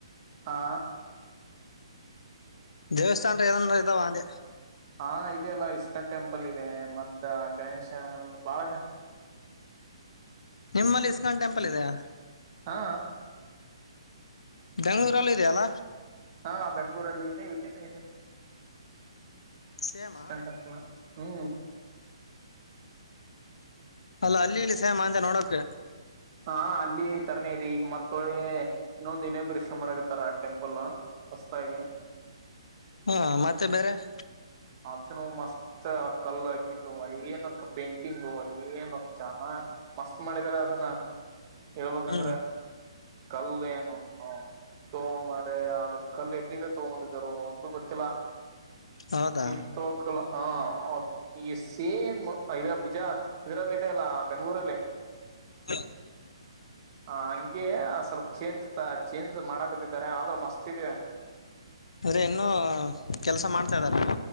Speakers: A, on the right; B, on the left.
A: ಹಾ
B: ದೇವಸ್ಥಾನನ್ ಏದನ್ ಇದ್ದಾವ ಅಂದೆ.
A: ಹಾ ಇದೆ ಅಲ್ಲ ಇಸ್ಕನ್ ಟೆಂಪಲ್ ಇದೆ ಮತ್ತೆ. ಮತ್ ಗಣೇಶ ಬಾಳಿದೆ.
B: ನಿಮ್ಮಲ್ಲಿ ಇಸ್ಕಾನ್ ಟೆಂಪಲ್ ಇದೆಯಾ.
A: ಹಾ.
B: ಬೆಂಗಳೂರಲ್ಲಿ ಇದೆಯಲ್ಲ.
A: ಹಾ ಬೆಂಗ್ಗಳೂರಲ್ಲಿ ಇದೆ ಇದ ಇದೆ.
B: ಸೇಮಾ
A: ಇಸ್ಕಾನ್ ಟೆಂಪಲ್ ಹೂ.
B: ಅಲ್ಲ ಅಲ್ಲಿ ಇಲ್ಲಿ ಸೇಮ ಅಂದೇ ನೋಡಕ್.
A: ಹಾ ಅಲ್ಲಿ ತರನೇ ಇದೆ ಈಗ ಮತ್ತಳೆ ಇನ್ನೊಂದು ಇನೇಕರಿಷ ಮಾಡಕತ್ತಾರ ಟೆಂಪಲ್. ಹೊಸದಾಗೆ -
B: ಹಾ ಮತ್ತೆ ಬೇರೆ -
A: ಅದನು ಮಸ್ತ್ ಕಲ್ಲ ಗಿಲ್ಲು ಏನಕ್ಕ ಪೇಂಟಿಂಗು ಏನು ಚನ ಮಸ್ತ್ ಮಾಡಿದ್ದಾರೆ ಅದನ್ನ ಹೇಳ್ಬೇಕಂದ್ರೆ
B: ಹ್ಮ್
A: ಕಲ್ಲು ಏನು ಥು ಮಾರಾಯ ಅದ ಕಲ್ಲ ಎಲ್ಲಿದ್ದ ತಗೊಂದ ಬಂದಿದ್ದಾರೋ ಒಂದು ಗೊತ್ತಿಲ್ಲ.
B: ಹೌದಾ
A: ತಿನ್ ತೋ ಕಲ್ಲ ಹಾ ಈ ಸೇಮ್ ಇದ ಬಿಜ ಇದರಲ್ಲಿ ಇದೆಯಲ್ಲ ಬೆಂಗಳೂರಲ್ಲಿ.
B: <unintelligible>
A: ಹ ಹಂಗೆ ಸ್ವಲ್ಪ ಚೇಂಜ್ ಚೇಂಜ್ ಮಾಡಕತ್ತಿದ್ದಾರೆ ಆದ್ರ ಮಸ್ತಿದೆ.
B: ಅರೆ ಇನ್ನು ಕೆಲ್ಸ ಮಾಡ್ತಾ ಅದಾರ.